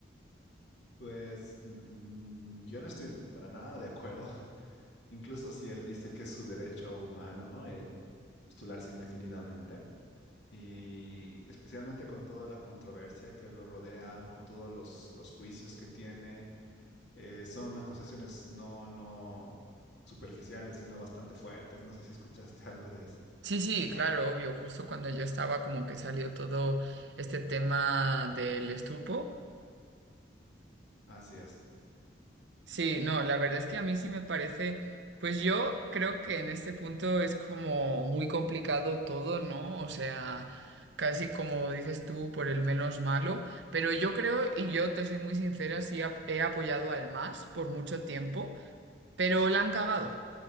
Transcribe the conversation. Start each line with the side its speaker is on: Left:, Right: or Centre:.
Left: Pues mm, yo no estoy para nada de acuerdo Incluso si él dice que es su derecho humano el postularse indefinidamente, y especialmente con toda la controversia que lo rodea, con todos los, los juicios que tiene, eh, son acusaciones no, no superficiales, sino bastante fuertes. No sé si escuchaste <laughs> algo de eso.
Right: Sí, sí, claro, obvio, justo cuando yo estaba como que salió todo este tema del estupo.
Left: Así es.
Right: Sí, no, la verdad es que a mí sí me parece, pues yo creo que en este punto es como muy complicado todo, ¿no? O sea, casi como dices tú, por el menos malo, pero yo creo, y yo te soy muy sincera, sí ap- he apoyado al MAS por mucho tiempo, pero la han cagado.